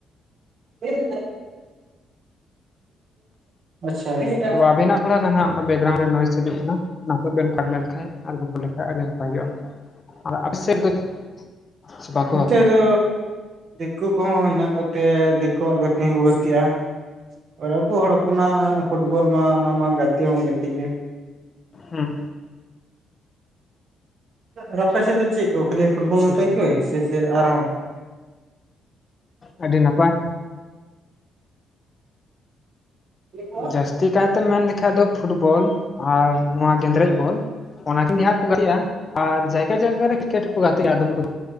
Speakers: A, on the right (about 55°); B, on the left (about 35°).
A: <unintelligible> ᱟᱪᱪᱷᱟ ᱟᱪᱪᱷᱟ
B: ᱛᱚ ᱟᱵᱤᱱᱟᱜ ᱛᱷᱚᱲᱟ ᱠᱟᱱᱟ ᱵᱮᱠᱜᱨᱟᱣᱩᱱᱰ ᱨᱮ ᱱᱚᱮᱥ ᱦᱤᱡᱩᱜ ᱠᱟᱱᱟ ᱚᱱᱟ ᱠᱚ ᱵᱮᱱ ᱯᱟᱸᱠ ᱞᱮᱱᱠᱟᱱᱡ ᱟᱨᱵᱮᱱ ᱜᱚᱞ ᱞᱮᱠᱟᱱ ᱟᱹᱰᱤ ᱱᱟᱯᱟᱭᱚᱜᱼᱟ ᱾ ᱟᱨ <unintelligible>
A: ᱱᱤᱛᱚᱜ
B: ᱵᱟᱠᱛᱮ
A: ᱫᱚ ᱫᱤᱠᱩ ᱠᱚᱦᱚᱸ ᱦᱮᱱᱟᱜ ᱠᱚᱛᱮ ᱫᱤᱠᱩᱣᱟᱜ ᱜᱟᱛᱮ ᱦᱚᱸ ᱠᱚ ᱜᱟᱛᱮᱜᱼᱟ᱾ ᱟᱨ ᱟᱵᱚ ᱦᱚᱲ ᱦᱚᱯᱚᱱᱟᱜ ᱯᱷᱩᱴᱵᱚᱞ ᱢᱟ ᱚᱱᱟ ᱢᱟ ᱜᱟᱛᱮ ᱦᱚᱸ ᱜᱟᱛᱮ ᱜᱮ ᱾
B: ᱦᱩᱸ
A: ᱟᱨ ᱟᱯᱮ ᱥᱮᱫ ᱫᱚ ᱪᱮᱫ ᱠᱚ ᱠᱷᱟᱹᱞᱤ ᱯᱷᱩᱴᱵᱚᱞ
B: ᱟᱪᱪᱷᱟ
A: ᱢᱚᱛᱚᱜᱮ
B: ᱟᱪᱪᱷᱟ
A: ᱥᱮ ᱥᱮ ᱟᱨᱦᱚᱸ᱾
B: ᱟᱹᱰᱤ ᱱᱟᱯᱟᱭ
A: <unintelligible>
B: ᱡᱟᱹᱥᱛᱤ ᱠᱟᱭᱛᱮᱢ ᱢᱮᱱ ᱞᱮᱠᱷᱟᱡ ᱫᱚ ᱯᱷᱩᱴᱵᱚᱞ ᱟᱨ ᱱᱚᱣᱟ ᱜᱮᱸᱫᱽᱨᱮᱡ ᱵᱚᱞ ᱾ ᱚᱱᱟ ᱠᱤᱱ ᱜᱮ ᱦᱟᱸᱜ ᱠᱚ ᱜᱟᱛᱮᱜᱼᱟ ᱟᱨ ᱡᱟᱭᱜᱟ ᱡᱟᱭᱜᱟ ᱠᱨᱤᱼᱼ ᱜᱟᱛᱮᱜᱼᱟ ᱟᱫᱚᱢ ᱠᱚ